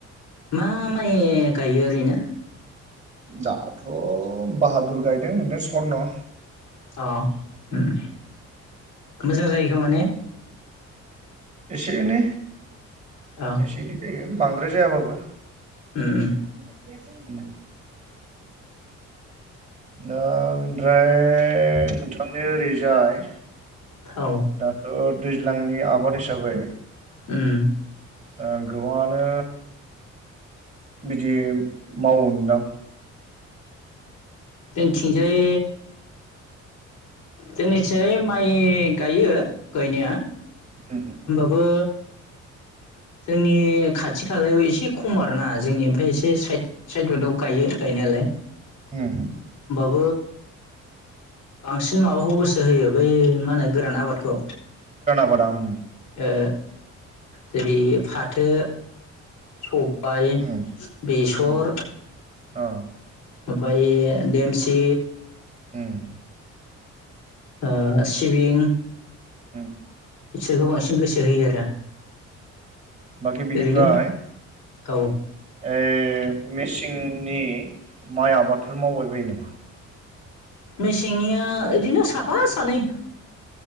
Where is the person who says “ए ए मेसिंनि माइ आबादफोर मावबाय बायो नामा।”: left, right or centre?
Right